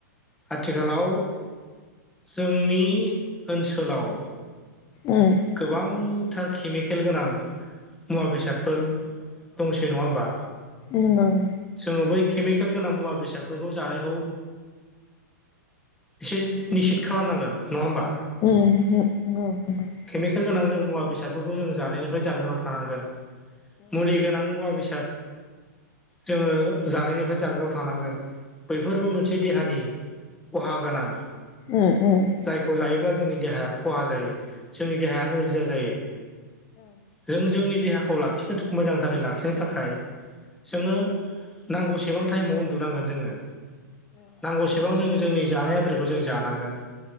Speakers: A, in the centre; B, on the left (about 30°).
A: आथिखालाव जोंनि ओनसोलाव
B: उम
A: गोबांथार केमिकेल गोनां मुवा बेसादफोर दंसै नङा होमबा?
B: उम ओं
A: जोङो बै केमिकेल गोनां मुवा बेसादफोरखौ जानायखौ एसे निसित खालामनांगोन नङा होमबा
B: ओम होम नोंगौ नोंगौ
A: केमिकेल गोनां जों मुवा बेसादफोरखौ जों जानायनिफ्राय जानगाराव थानांगोन मुलि गोनां मुवा बेसाद जोङो जानायनिफ्राय जानगाराव थानांगोन बैफोरबो मोनसे देहानि खहा गोनां
B: ओम ओम
A: जायखौ जायोब्ला जोंनि देहाया खहा जायो जोंनि देहाया नोरजिया जायो जों जोंनि देहाखौ लाखिनो मोजांथारै लाखिनो थाखाय जोङो नांगौसेबां टाइमाव उन्दुनांगोन जोङो नांगौसे सेबां जों जोंनि जानाय आदारखौ जों जानांगोन